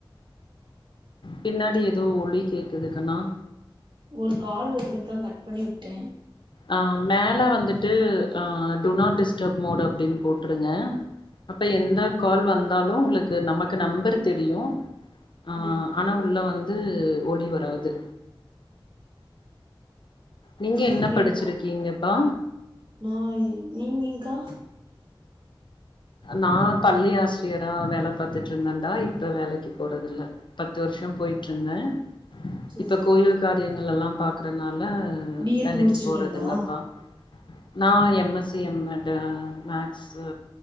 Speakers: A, on the left; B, on the right.
A: பின்னாடி எதோ ஒலி கேக்குது கண்ணா
B: ஒரு கால் வருதுங்க்கா கட் பண்ணி உட்ட
A: அ மேல வந்துட்டு அ டு நாட் டிஸ்டர்ப் மோட் அப்டின்னு போட்ருங்க அப்போ எந்த
B: ம்
A: கால் வந்தாலு உங்களுக்கு நமக்கு நம்பர் தெரியு ஆ
B: ம்
A: ஆனா உள்ள வந்து ஒலி வராது நீங்க என்ன
B: அப்டின்னு
A: படிச்சிருக்கீங்கப்பா
B: போடுங்க நா இ நீங் நீங்கா
A: நா பள்ளி ஆசிரியரா வேல பாத்துட்டு இருந்தன்டா இப்ப வேலைக்கு போறது இல்ல பத்து வருஷம் போய்ட்ருந்த
B: செரி
A: இப்ப
B: செரி
A: கோயில் காரியங்கள்லல்லா பாக்றனால ம்
B: பி எட்
A: வேலைக்கு
B: முடிச்சிருக்கீங்களா
A: போறது இல்லப்பா நா எம் எஸ் சி எம் மேடு மேக்ஸு